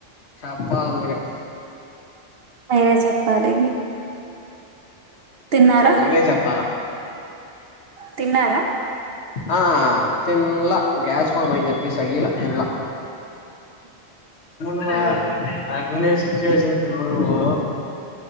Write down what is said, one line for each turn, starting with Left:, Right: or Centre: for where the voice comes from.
Left: షా చెప్పాల మీరే
Right: మీరే చెప్పాలి తిన్నారా
Left: మీరే చెప్పాల
Right: తిన్నారా
Left: ఆ తిన్లా గ్యాస్ ఫామ్ అయ్యిందని చెప్పిసి అగీల తిన్ల రా <unintelligible> <unintelligible> నా కుండె సిచువేషన్ కి ఇప్పుడు నువ్వు